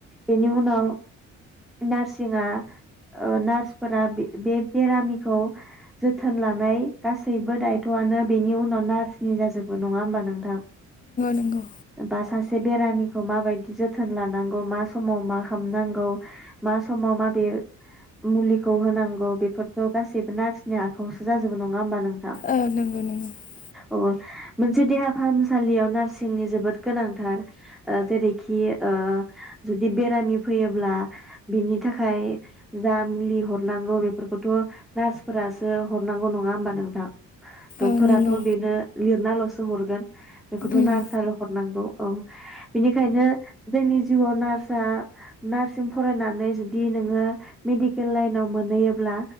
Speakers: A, in the centre; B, on the left.
A: बेनि उनाव नार्सिङा ओ नार्स फोरा बे बे बेरामिखौ जोथोन लानाय गासैबो दायथ'आनो बेनि उनाव नार्सनि जाजोबो नङा होमबा नोंथां।
B: नंगौ।
A: बा सासे बेरामिखौ माबायदि जोथोन लानांगौ मा समाव मा खामनांगौ मा समाव माबे मुलि खौ होनांगौ बेफोरथ' गासैबो नार्सनि आखाइआवसो जाजोबो नङा होमबा नोंथां
B: ओ नंगौ नंगौ
A: अ मोनसे देहा फाहामसालियाव नार्सिंनि जोबोद गोनांथार ओ जेरैखि ओ जुदि बेरामि फैयोब्ला बिनि थाखाय जा मुलि हरनांगौ बेफोरखौथ' नार्सफोरासो हरनांगौ नङा होमबा नोंथां डक्टराथ'
B: ओ नंगौ।
A: बेनो लिरनाल'सो हरगोन बेखौथ'
B: उम
A: नारस आरो हरनांगौ औ बिनिखायनो जोंनि जिउआव नार्सआ नार्सिजों फरायनानै जुदि नोङो मेडिकेल लाइनाव मोनहैयोब्ला